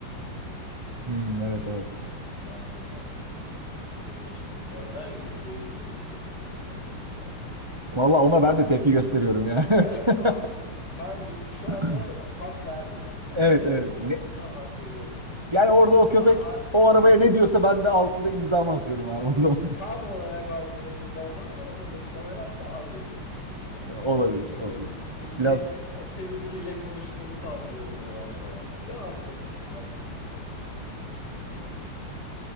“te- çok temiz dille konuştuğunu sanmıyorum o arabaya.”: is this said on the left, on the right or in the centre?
Left